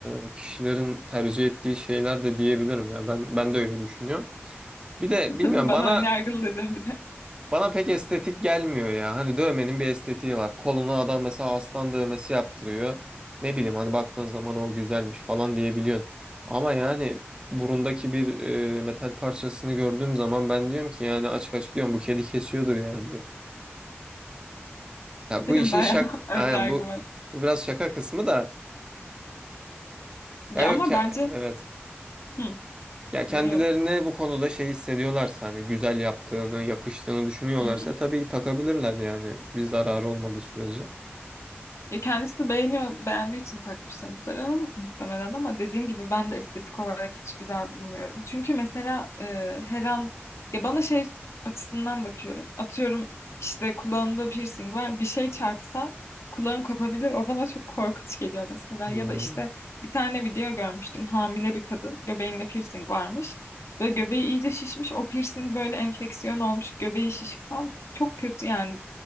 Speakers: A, on the right (about 20°); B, on the left (about 85°).
A: e, kişilerin tercih ettiği şeyler de diyebilirim ya. Ben ben de öyle düşünüyorum. Bir de
B: <laughs>
A: bilmiyorum
B: Bana
A: bana
B: önyargılı dedin bir de.
A: bana pek estetik gelmiyor ya. Hani dövmenin bir estetiği var. Koluna adam mesela aslan dövmesi yaptırıyor. Ne bileyim hani baktığın zaman o güzelmiş falan diyebiliyorsun. Ama yani burundaki bir e, metal parçasını gördüğüm zaman ben diyorum ki yani açık açık diyorum bu kedi kesiyordur yani diyorum. Ya
B: Senin
A: bu işin
B: bayağı
A: şak
B: <laughs> önyargı
A: aynen bu
B: var.
A: bu biraz şaka kısmı da
B: Ya
A: ya yok
B: ama
A: ke-
B: bence
A: evet.
B: hı,
A: Ya kendilerini
B: dinliyorum.
A: bu konuda şey hissediyorlarsa hani güzel yaptığını, yakıştığını düşünüyorlarsa
B: Hı hı.
A: tabii ki takabilirler yani bir zararı olmadığı sürece.
B: Ya kendisi beğeniyor, beğendiği için takmıştır muhtemelen ama, muhtemelen ama dediğin gibi ben de estetik olarak hiç güzel bulmuyorum. Çünkü mesela e, her an ya bana şey açısından bakıyorum. Atıyorum işte kulağında piercing var. Bir şey çarpsa kulağım kopabilir. O bana çok korkunç geliyor mesela.
A: Hmm.
B: Ya da işte bir tane video görmüştüm. Hamile bir kadın göbeğinde piercing varmış ve göbeği iyice şişmiş. O piercing böyle enfeksiyon olmuş. Göbeği şişik falan. Çok kötü yani